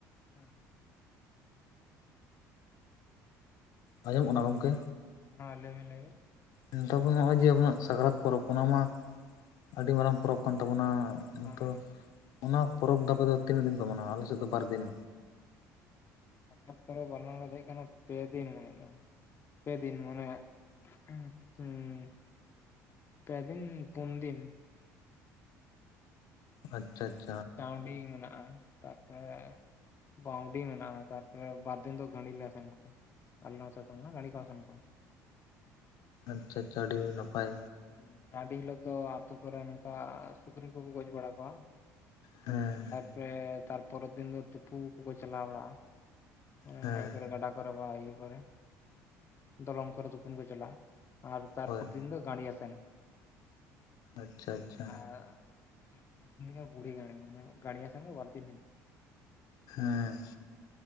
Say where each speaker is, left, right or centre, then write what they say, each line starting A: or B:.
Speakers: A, on the left; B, on the left.
A: ᱦᱩᱸ ᱦᱩᱸ᱾
B: ᱟᱸᱡᱚᱢᱚᱜ ᱠᱟᱱᱟ ᱜᱚᱝᱠᱮ?
A: ᱢᱟ ᱞᱟᱹᱭᱵᱤᱱ ᱞᱟᱹᱭᱵᱤᱱ ᱾
B: ᱦᱩᱸ ᱛᱚᱵᱮ ᱱᱚᱜᱼᱚᱭ ᱡᱮ ᱟᱵᱚᱱᱟᱜ ᱥᱟᱠᱨᱟᱛ ᱯᱚᱨᱚᱵᱽ ᱚᱱᱟ ᱢᱟ ᱟᱰᱤ ᱢᱟᱨᱟᱝ ᱯᱚᱨᱚᱵᱽ ᱠᱟᱱ ᱛᱟᱵᱚᱱᱟ ᱾ ᱮᱱ
A: ᱦᱮᱸ
B: ᱛᱚ, ᱚᱱᱟ ᱯᱚᱨᱚᱵᱽ ᱫᱚ ᱟᱯᱮ ᱫᱚ ᱛᱤᱱ ᱫᱤᱱ ᱯᱮ ᱢᱟᱱᱟᱣᱟ? ᱟᱞᱮ ᱥᱮᱫ ᱫᱚ ᱵᱟᱨ ᱫᱤᱱ᱾
A: ᱥᱟᱠᱨᱟᱛ ᱯᱚᱨᱚᱵᱽ <inaudible> ᱦᱩᱭᱩᱜ ᱠᱟᱱᱟ ᱯᱮ ᱫᱤᱱ <inaudible> ᱯᱮ ᱫᱤᱱ ᱢᱟᱱᱮ ᱦᱟᱸᱜ <inaudible> ᱦᱩᱸ ᱾ ᱯᱮ ᱫᱤᱱ, ᱯᱩᱱ ᱫᱤᱱ
B: ᱟᱪᱪᱷᱟ ᱟᱪ
A: ᱪᱟᱶᱰᱤ ᱢᱮᱱᱟᱜᱼᱟ ᱛᱟᱨᱯᱚᱨᱮ ᱵᱟᱶᱰᱤ ᱢᱮᱱᱟᱜᱼᱟ ᱛᱟᱨᱯᱚᱨᱮ ᱵᱟᱨ ᱫᱤᱱ ᱫᱚ ᱜᱟᱺᱲᱤ ᱞᱮ ᱟᱥᱮᱱ ᱠᱚᱣᱟ᱾ ᱟᱞ ᱱᱚᱣᱟ ᱥᱟᱭᱤᱵᱥ ᱫᱚ ᱢᱟᱱᱮ ᱜᱟᱺᱲᱤ ᱠᱚ ᱟᱥᱮᱱ ᱠᱚᱣᱟ ᱾
B: ᱟᱪᱪᱷᱟ ᱟᱪᱪᱷᱟ ᱟᱹᱰᱤ ᱱᱟᱯᱟᱭ᱾
A: ᱦᱩᱸ ᱪᱟᱶᱰᱤ ᱦᱤᱞᱚᱜ ᱫᱚ ᱟᱛᱳ ᱠᱚᱨᱮ ᱱᱚᱝᱠᱟ ᱥᱩᱠᱨᱤ ᱠᱚᱠᱚ ᱜᱚᱡ ᱵᱟᱲᱟ ᱠᱚᱣᱟ ᱾
B: ᱦᱮᱸ᱾
A: ᱯᱮ ᱛᱟᱨᱯᱚᱨᱮᱨ ᱫᱤᱱ ᱫᱚ ᱛᱩᱯᱩ ᱠᱚᱠᱚ ᱪᱟᱞᱟᱣ ᱵᱟᱲᱟᱜᱼᱟ,
B: ᱦᱮᱸ
A: ᱱᱟᱹᱭ ᱠᱚᱨᱮ ᱜᱟᱰᱟ ᱠᱚᱨᱮ ᱵᱟ ᱤᱭᱟᱹ ᱠᱚᱨᱮ, ᱫᱚᱞᱚᱝ ᱠᱚᱨᱮ ᱛᱩᱯᱩᱱ ᱠᱚ ᱪᱟᱞᱟᱜᱼᱟ᱾ ᱟᱨ ᱛᱟᱨᱯᱚᱨ
B: ᱦᱳᱭ
A: ᱫᱤᱱ ᱫᱚ ᱜᱟᱺᱲᱤ ᱟᱥᱮᱱ,
B: ᱟᱪᱪᱷᱟ ᱟᱪᱪᱷᱟ
A: ᱟᱨ ᱛᱟᱨᱯᱚᱨᱮᱨ ᱫᱤᱱ ᱫᱚ ᱵᱩᱰᱷᱤ ᱜᱟᱺᱲᱤ ᱢᱟᱱᱮ ᱜᱟᱺᱲᱤ ᱟᱥᱮᱱ ᱜᱮ ᱵᱟᱨ ᱫᱤᱱ ᱦᱩᱭᱩᱜᱼᱟ ᱾
B: ᱦᱮᱸ